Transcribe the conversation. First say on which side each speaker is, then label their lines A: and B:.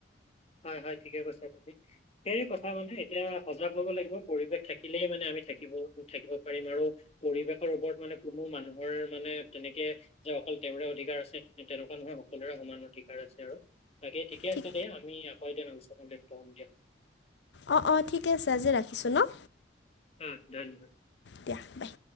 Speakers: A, on the left (about 35°); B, on the left (about 70°).
A: হয় হয় ঠিকে কৈছা তুমি। সেই কথা মানে এতিয়া সজাগ হ'ব লাগিব পৰিৱেশ থাকিলেই মানে আমি থাকিব থাকিব পাৰিম আৰু। পৰিৱেশৰ ওপৰত মানে কোনো মানুহৰ মানে তেনেকে। যে অকল তেওঁৰে অধিকাৰ আছে তেনেকুৱা নহয় সকলোৰে সমান অধিকাৰ আছে আৰু। তাকে ঠিকে
B: ঠিক
A: আছে দিয়া আমি আকৌ এদিন দিয়া।
B: অঁ অঁ ঠিকে আছে আজি ৰাখিছোঁ ন।
A: উম ধন্যবাদ।
B: দিয়া বাই